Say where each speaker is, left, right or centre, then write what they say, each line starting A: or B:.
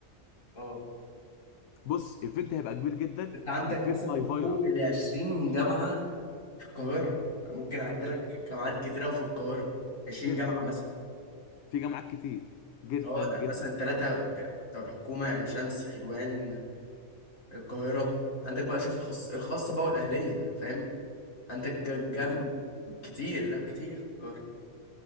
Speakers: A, on the left; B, on the left.
A: اه
B: بص ايفنت هيبقى كبير جدا
A: انت عندك
B: ايفنت
A: مثلا
B: هاي فايرال
A: فوق ال 20 جامعه في القاهره ممكن اعد لك جامعات كتيره في القاهره 20
B: جدا
A: جامعه مثلا
B: في جامعات كتير جدا
A: اه
B: جدا
A: ده مثلا ثلاثه بتوع الحكومه يعني شمس حلوان القاهره عندك بقى شوف الخاص الخاصه بقى والاهليه فاهم عندك جام
B: بالظبط
A: كتير لا كتير في القاهره